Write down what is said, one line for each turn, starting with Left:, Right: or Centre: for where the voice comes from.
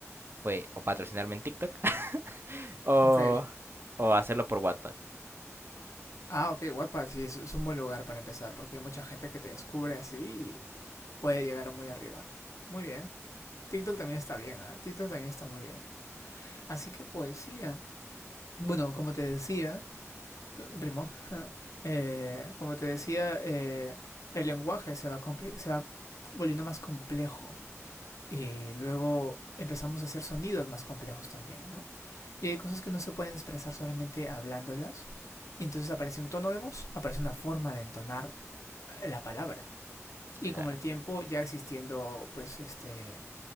Right: fue o patrocinarme en TikTok <laughs> o,
Left: Ok,
Right: o hacerlo por Wattpad.
Left: Ah, ok, Wattpad sí, es, es un buen lugar para empezar, porque hay mucha gente que te descubre así y puede llegar muy arriba. Muy bien. TikTok también está bien, ¿ah? TikTok también está muy bien. Así que poesía. Bueno, como te decía, rimó. <laughs> Eh, como te decía, eh, el lenguaje se va, compli- se va volviendo más complejo. Y luego empezamos a hacer sonidos más complejos también, ¿no? Y hay cosas que no se pueden expresar solamente hablándolas. Y entonces aparece un tono de voz, aparece una forma de entonar la palabra. Y
Right: Claro,
Left: con el tiempo ya existiendo, pues, este,